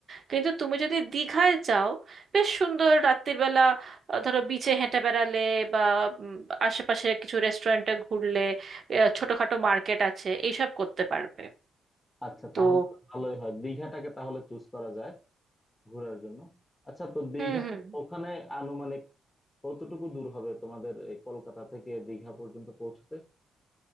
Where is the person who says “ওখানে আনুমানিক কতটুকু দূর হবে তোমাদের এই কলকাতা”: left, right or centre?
Left